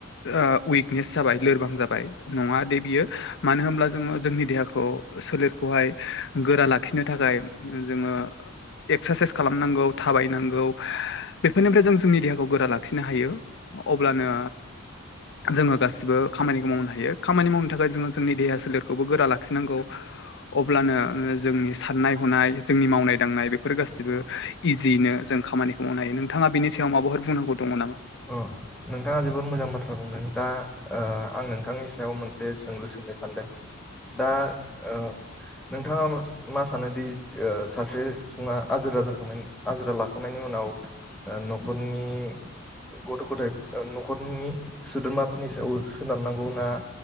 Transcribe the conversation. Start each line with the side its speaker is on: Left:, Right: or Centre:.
Left: ओ उइकनेस जाबाय लोरबां जाबाय नङा दे बियो मानो होमब्ला जोङो जोंनि देहाखौ सोलेरखौहाय गोरा लाखिनो थाखाय जोङो एक्सारसाइस खालामनांगौ थाबायनांगौ बेफोरनिफ्राय जों जोंनि देहाखौ गोरा लाखिनो हायो अब्लानो जोङो गासिबो खामानिखौ मावनो हायो खामानि मावनो थाखाय जोङो जोंनि देहा सोलेरखौबो गोरा लाखिनांगौ अब्लानो जोंनि साननाय हनाय जोंनि मावनाय दांनाय बेफोर गासिबो इजियैनो जों खामानिखौ मावनो हायो नोंथाङा बेनि सायाव माबाफोर बुंनांगौ दङ नामा
Centre: अ नोंथाङा जोबोद मोजां बाथ्रा बुंदों दा ओ आं नोंथांनि सायाव मोनसे से जोंलु सोंनो सानदों दा ओ नोंथाङा मा सानोदि ओ सासे सुबुङा आजिरा जाखांनायनि आजिरा लाखांनायनि उनाव ओ नखरनि गथ' गथाइ न'खरनि सोद्रोमाफोरनि सायाव सोनारनांगौ ना